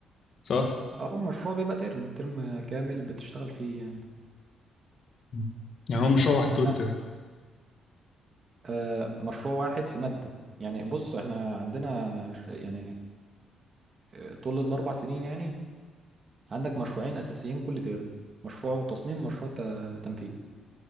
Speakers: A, on the left; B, on the right.
A: صح
B: اه المشروع بيبقى ترم ترم كامل بتشتغل فيه يعني
A: مم. يعني هو مش هو واحد طول
B: يعني
A: الترم
B: انا آه مشروع واحد في مادة يعني بص احنا عندنا ش- يعني آه، طول الاربع سنين يعني عندك مشروعين اساسيين كل ترم مشروع تصميم مشروع ت- تنفيذ